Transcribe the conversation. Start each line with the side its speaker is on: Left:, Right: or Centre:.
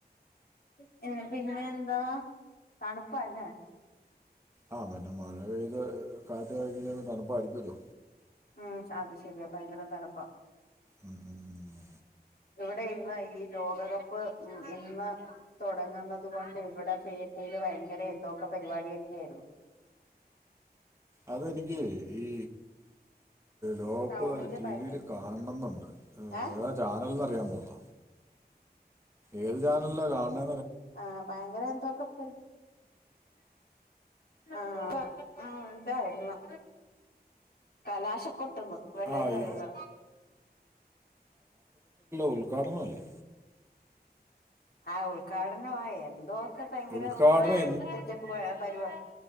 Left: പിന്നെ എന്താ തണുപ്പാല്ലേ
Right: ആഹ് പിന്നെ മഴ പെയ്ത് കാറ്റ് കഴിഞ്ഞ തണുപ്പായിരിക്കല്ലോ
Left: ഉം അത് ശെരിയാ ഭയങ്കര തണുപ്പ
Right: ഉം ഉം ഉം
Left: ഇവിടെ ഇന്ന് ഈ ലോകകപ്പ് ഇന്ന് തുടങ്ങുന്നുന്നത് കൊണ്ട് ഇവിടെ പേ യില് ഭയങ്കര എന്തൊക്കെ പരിപാടിയൊക്കെയ ആയിരുന്നു
Right: അത എനിക്ക് ഈ ലോകപ്പ്
Left: ടൗണില്
Right: ടിവിയിൽ
Left: ഭയങ്കര
Right: കാണണം എന്നുണ്ട്
Left: ഏ
Right: ഏതാ ചാനൽന്ന് അറിയാൻ പാടില്ല ഏത് ചാനൽകാണെ
Left: ആഹ ഭയങ്കര എന്തോ കപ്പ് ആ ഇതായിരുന്നു കലാശകോ ട്ട് പിള്ളേര്
Right: ആഹ്
Left: പറയുവ
Right: ഉദ്ഘാടനം അല്ലേ
Left: ആ ഉദ്ഘാടനം ആ എന്തോ ഒക്കെ ഭയങ്കര
Right: ഉദ്ഘാടനം
Left: <inaudible> സെറ്റ് പരുവാണ്